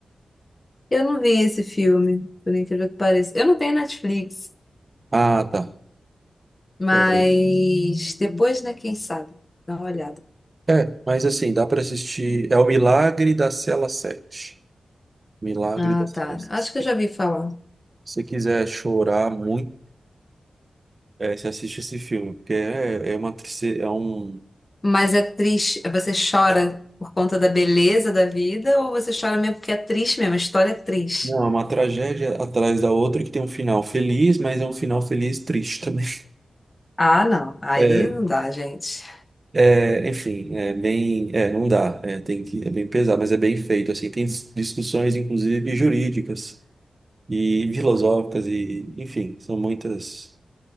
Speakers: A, on the left; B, on the right.
A: Eu não vi esse filme, por incrível que pareça. Eu não tenho Netflix,
B: Ah, tá.
A: mas
B: É,
A: depois, né, quem sabe? Dá uma olhada.
B: É, mas assim, dá pra assistir. É o Milagre da Cela Sete. Milagre
A: Ah,
B: da Cela
A: tá.
B: Sete.
A: Acho que eu já vi falar.
B: Se você quiser chorar muito, é, você assiste esse filme, porque é, é uma, trice- é um,
A: Mas é triste. é, Você chora por conta da beleza da vida ou você chora mesmo porque é triste mesmo? A história é triste.
B: não, é uma tragédia atrás da outra que tem um final feliz, mas é um final feliz triste também.
A: Ah, não.
B: <laughs>
A: Aí
B: É,
A: não dá, gente.
B: é, enfim, é bem, é, não dá, é, tem que, é bem pesado, mas é bem feito, assim, tem dis- discussões, inclusive, jurídicas e filosóficas e, enfim, são muitas